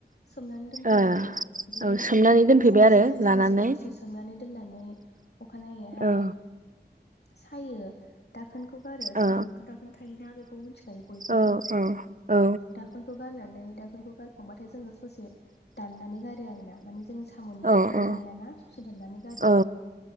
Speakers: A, on the left; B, on the right.
A: सोमनानै दोनफैयो
B: ओ
A: आरो बिदिनो
B: औ
A: ओमफफ्राय
B: सोमनानै दोनफैबाय
A: सानसे
B: आरो लानानै
A: सानसे हरसे सोमनानै दोननानै अखानायैहाय
B: औ
A: सायो दाखोनखौ गारो साम'आथ'
B: औ
A: दाखोन थायोना बेखौ मिथि ज बयबो
B: औ
A: दा
B: औ
A: दखौ गारनानै दाखोरखौ गारखांबाथाय जोङो ससे दनानै गारो आरोोना म ज साम'नि
B: औ
A: खिथुखौ
B: औ
A: जायाना ससे दाननानै गारो
B: औ